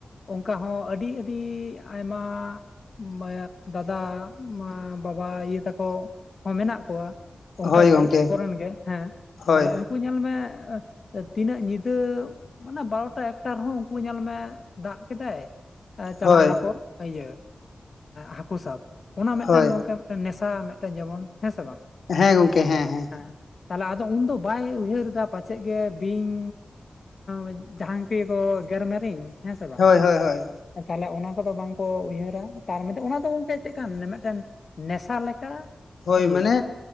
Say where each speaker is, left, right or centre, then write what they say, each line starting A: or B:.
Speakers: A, on the left (about 55°); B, on the left (about 85°).
A: ᱚᱝᱠᱟ ᱦᱚᱸ ᱟᱹᱰᱤ ᱟᱹ ᱟᱹᱰᱤ ᱟᱭᱢᱟ ᱢᱟᱭ ᱫᱟᱫᱟ ᱢᱟ ᱵᱟᱵᱟ ᱤᱭᱟᱹ ᱛᱟᱠᱚ ᱦᱚᱸ ᱢᱮᱱᱟᱜ ᱠᱩᱣᱟ ᱚᱱᱠᱟ
B: ᱦᱳᱭ
A: ᱜᱮ
B: ᱜᱚᱝᱠᱮ
A: ᱠᱚᱨᱚᱱ ᱜᱮ ᱦᱮᱸ
B: ᱦᱳᱭ
A: ᱛᱟᱦᱚᱞᱮ ᱩᱱᱠᱩ ᱧᱮᱞ ᱢᱮ ᱛᱤᱱᱟᱹᱜ ᱩᱸ ᱵᱟᱨᱚᱴᱟ ᱮᱠᱴᱟ ᱨᱮᱦᱚᱸ ᱩᱝᱠᱩ ᱧᱮᱞ ᱢᱮ ᱫᱟᱜ ᱠᱮᱫᱟᱭ ᱪᱟᱞᱟᱣ
B: ᱦᱳᱭ
A: ᱱᱟᱠᱚ ᱤᱭᱟᱹ ᱦᱟᱹᱠᱳ ᱥᱟᱵ ᱚᱱᱟ ᱢᱤᱫᱴᱮᱱ
B: ᱦᱳᱭ
A: ᱜᱚᱝᱠᱮ ᱱᱮᱥᱟ ᱢᱮᱜᱴᱮᱱ ᱡᱮᱢᱚᱱ ᱦᱮᱸ ᱥᱮ ᱵᱟᱝ ᱾
B: ᱦᱮᱸ ᱜᱚᱝᱠᱮ ᱦᱮᱸᱻ ᱦᱮᱸ᱾
A: ᱦᱮᱸ ᱛᱟᱦᱚᱞᱮ ᱟᱫᱚ ᱩᱱᱫᱚ ᱵᱟᱭ ᱩᱭᱦᱟᱹᱨ ᱮᱫᱟ ᱯᱟᱪᱮᱫ ᱜᱮ ᱵᱤᱧ ᱮᱸ ᱡᱟᱸᱦᱟᱱ ᱪᱤᱞᱤ ᱠᱚ ᱜᱮᱨ ᱢᱮᱨᱤᱧ ᱦᱮᱸ ᱥᱮ ᱵᱟᱝ
B: ᱦᱳᱭ ᱦᱳᱭ ᱦᱳᱭ
A: ᱛᱟᱦᱚᱞᱮ ᱚᱱᱟ ᱠᱚᱫᱚ ᱵᱟᱝᱠᱚ ᱩᱭᱦᱟᱹᱨᱟ ᱛᱟᱨ ᱢᱚᱫᱽᱫᱷᱮ ᱚᱱᱟ ᱫᱚ ᱜᱚᱝᱠᱮ ᱪᱮᱫ ᱠᱟᱱ ᱢᱤᱫ ᱴᱮᱱ ᱱᱮᱥᱟᱜ ᱞᱮᱠᱟ
B: ᱦᱳᱭ
A: ᱤᱭᱟᱹ
B: ᱢᱟᱱᱮ